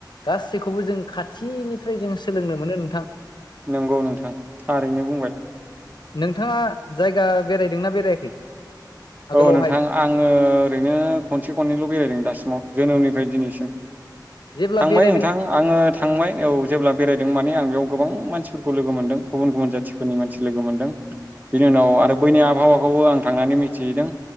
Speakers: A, on the left (about 75°); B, on the right (about 25°).
A: गासैखौबो जों खाथिनिफ्राय जों सोलोंनो मोनो नोंथां ।
B: नंगौ नोंथां थारैनो बुंबाय
A: नोंथाङा जायगा बेरायदोंना बेरायाखै? आगोलावहाय
B: औ नोंथां आङो ओरैनो खनसे खननैल' बेरायदों दासिमाव जोनोमनि फ्राय दिनैसिम
A: जेब्ला
B: थांबाय
A: बेरायदों
B: नोंथां आङो थांबाय औ जेब्ला बेरायदों माने आं बेयाव गोबां मानसिफोरखौ लोगो मोनदों गुबुन गुबुन जाथिफोरनि मानसि लोगो मोनदों । बिनि उनाव आरो बैनि आबहावाखौबो आं थांनानै मि थिहैदों